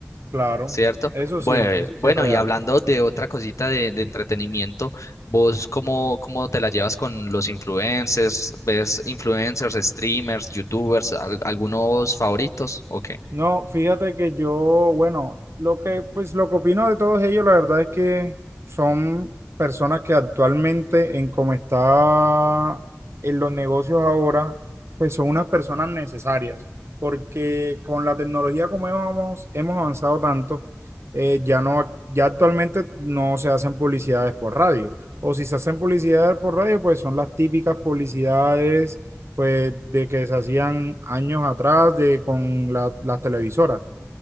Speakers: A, on the right; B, on the left.
A: Claro,
B: ¿cierto?
A: eso
B: Bueno,
A: sí, eso
B: bueno,
A: sí es real.
B: y hablando de otra cosita de, de entretenimiento, ¿vos cómo, cómo te la llevas con los influencers? ¿Ves influencers, streamers, youtubers, al- algunos favoritos? Ok.
A: No, fíjate que yo, bueno, lo que, pues lo que opino de todos ellos, la verdad es que son personas que actualmente en cómo está en los negocios ahora, pues son unas personas necesarias, porque con la tecnología como hemos, hemos avanzado tanto, eh, ya no, ya actualmente no se hacen publicidades por radio, o si se hacen publicidades por radio, pues son las típicas publicidades pues de que se hacían años atrás de, con la- las televisoras,